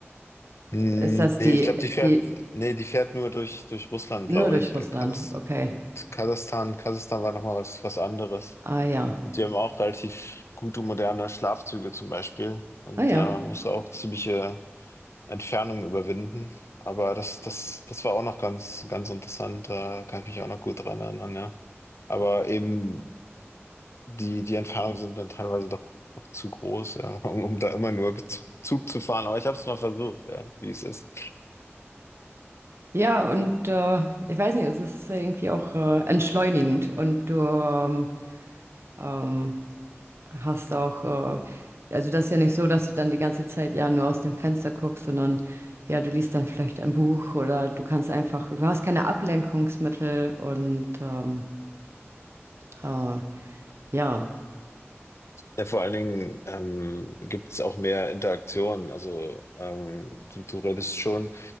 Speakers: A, on the left; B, on the right.
A: Mm,
B: ist das die,
A: Nee, ich glaube, die fährt,
B: die
A: nee, die fährt nur durch, durch Russland,
B: nur
A: glaube
B: durch
A: ich.
B: Russland,
A: Äh, Kasachs-
B: okay.
A: Kasachstan, Kasachstan war nochmal was, was anderes.
B: Ah ja.
A: Und die haben auch relativ gute moderne Schlafzüge zum Beispiel. Und
B: Ah ja.
A: da musst du auch ziemliche Entfernungen überwinden. Aber das, das, das war auch noch ganz, ganz interessant. Da kann ich mich auch noch gut dran erinnern, ja. Aber eben die, die Entfernungen sind dann teilweise doch, doch zu groß, ja, <laughs> um, um da immer nur Zug Zug zu fahren. Aber ich habe es mal versucht, ja, wie es ist.
B: Ja, und äh, ich weiß nicht, es ist irgendwie auch äh, entschleunigend und du ähm, ähm, hast auch, äh, also das ist ja nicht so, dass du dann die ganze Zeit ja nur aus dem Fenster guckst, sondern ja, du liest dann vielleicht ein Buch oder du kannst einfach, du hast keine Ablenkungsmittel und ähm, äh, ja,
A: Ja, vor allen Dingen ähm, gibt es auch mehr Interaktion. Also ähm, du, du redest schon,